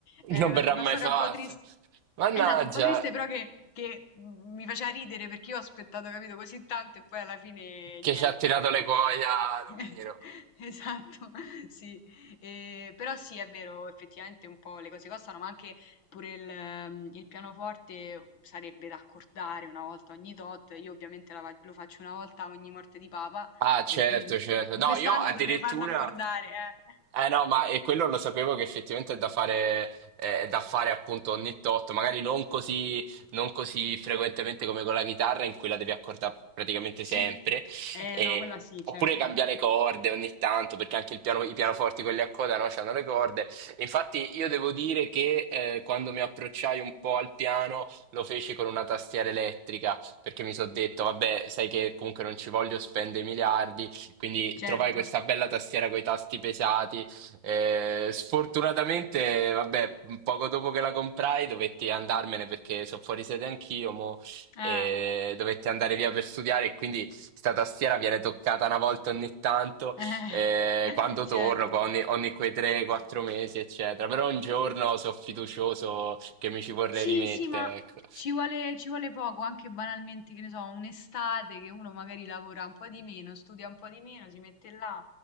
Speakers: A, on the left (about 70°); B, on the right (about 70°).
A: è
B: non
A: una,
B: verrà
A: una
B: mai
A: storia
B: fatta.
A: un po' triste.
B: Mannaggia,
A: Esatto, un po' triste però che, che mi faceva ridere perché io ho aspettato, capito, così tanto e poi alla fine
B: che
A: niente.
B: ci ha tirato le cuoia, Lumino.
A: <laughs> Esatto, <laughs> sì. Ehm, però sì, è vero, effettivamente un po' le cose costano, ma anche pure il, ehm, il pianoforte sarebbe da accordare una volta ogni tot. Io ovviamente la fa- lo faccio una volta ogni morte di papa,
B: Ah, certo,
A: e quindi
B: certo.
A: <laughs>
B: No,
A: quest'anno
B: io addirittura...
A: dovrei farlo accordare, eh.
B: Eh no, ma e quello lo sapevo che effettivamente è da fare, eh, è da fare appunto ogni tot, magari non così, non così frequentemente come con la chitarra in cui la devi accordare praticamente
A: Sì,
B: sempre,
A: eh,
B: e-
A: no, quella sì, certo,
B: oppure cambiare le corde ogni tanto, perché anche il piano- i pianoforti quelli a coda no, hanno le corde. Infatti io devo dire che eh, quando mi approcciai un po' al piano lo feci con una tastiera elettrica perché mi sono detto, vabbè, sai che comunque non ci voglio spendere miliardi, quindi
A: certo.
B: trovai questa bella tastiera con i tasti pesati. Eh, sfortunatamente, vabbè, poco dopo che la comprai dovetti andarmene perché sono fuori sede anch'io, mo, e
A: Ah,
B: dovetti andare via per studiare e quindi sta tastiera viene toccata una volta ogni tanto,
A: <laughs>
B: eh,
A: eh,
B: quando
A: certo.
B: torno, qua ogni, ogni quei 3-4 mesi, eccetera. Però un giorno sono fiducioso che mi ci vorrei
A: Sì,
B: rimettere,
A: sì, ma
B: ecco.
A: ci vuole, ci vuole poco, anche banalmente, che ne so, un'estate che uno magari lavora un po' di meno, studia un po' di meno, si mette là